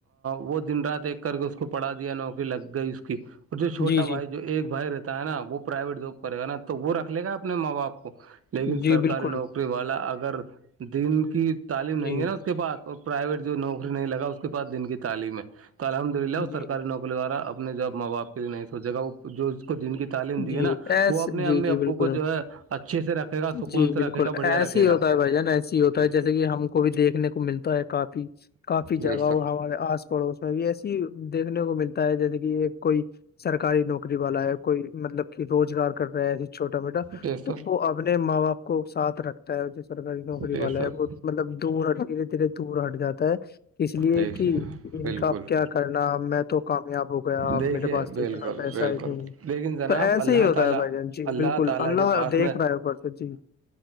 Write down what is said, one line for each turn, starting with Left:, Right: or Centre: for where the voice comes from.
Right: وہ دن رات ایک کر کے اس کو پڑھا دیا نوکری لگ گئی اس کی اور جو چھوٹا
Left: جی جی
Right: بھائی جو ایک بھائی رہتا ہے نا وہ پرائیویٹ جاب کرے گا نا تو وہ رکھ لے گا اپنے ماں باپ کو لیکن
Left: جی
Right: سر
Left: بالکل
Right: ڈری والا اگر دن کی تعلیم
Left: جی
Right: نہیں ہے نا اس کے پاس پرائیویٹ جو نوکری نہیں لگا اس کے پاس دن کی تعلیم ہے تو الحمد للہ اور
Left: جی
Right: سرکاری نوکری دوارا ا نے جب ماں باپ کے لیے نہیں سوچے گ وہ جو اس کو دن کی تعلیم دی
Left: جی
Right: ہے نا
Left: ایس
Right: وہ اپنے
Left: جی
Right: امی
Left: جی
Right: ابو
Left: بالکل
Right: کو جو ہے اچھے سے رکھے گا سکون
Left: جی بالکل
Right: سے رکھے گا
Left: ایسے
Right: بڑھیا رکھے
Left: ہی ہوتا
Right: گا
Left: ہے بھائی جان ایسسی ہی ہوتا
Right: جی
Left: ہے جیسے کہ ہم کو بھی دیکھنے کو ملتا ہے کافی کافی
Right: بے
Left: جگہوں
Right: شک
Left: ہمارے آس پڑوس میں بھی ایسی دیکھنے کو ملتا ہے جیسے کہ کوئی سرکاری نوکری والا ہے کوئی مطلب کہ روزگار کر رہے ہیںے چھوٹا موٹا
Right: بے
Left: تو
Right: شک
Left: وہ اپنے ماں باپ کو ساتھ رکھ جو سرکاری نوکری
Right: بے
Left: والا
Right: شک
Left: ہے وہ مطلب دور ہ دھیرے دھیرے دور ہٹ جاتا ہے اس لیے
Right: دیکھیے
Left: کہ ان
Right: بالکل
Left: کا کیا کرنا میں تو کامیاب ہو گیا
Right: دیکھیے
Left: میرے پاس
Right: بالکل
Left: تو اتنا پیسہ
Right: بالکل
Left: ہی نہیں
Right: لیکن جناب
Left: تو ایسے
Right: اللہ
Left: ہی ہوتا
Right: تعالی
Left: ہے بھائی جان جی
Right: اللہ
Left: بالکل
Right: کے گھر
Left: دیکھ
Right: میں
Left: رہا ہے اوپر سے جی